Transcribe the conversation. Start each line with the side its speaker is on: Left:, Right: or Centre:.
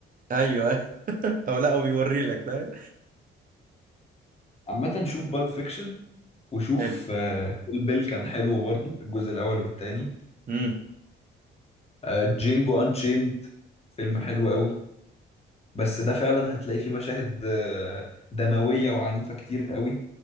Right: ايوه ايوه هو لا هو بيوري لك فاهم
Left: عامة شوف بالب فيكشن وشوف
Right: حلو
Left: كيل بيل كان حلو برضو الجزء الاول والتاني
Right: امم
Left: آه، جينجو انشيند فيلم حلو قوي بس ده فعلا هتلاقي فيه مشاهد آه، دموية وعنيفة كتير قوي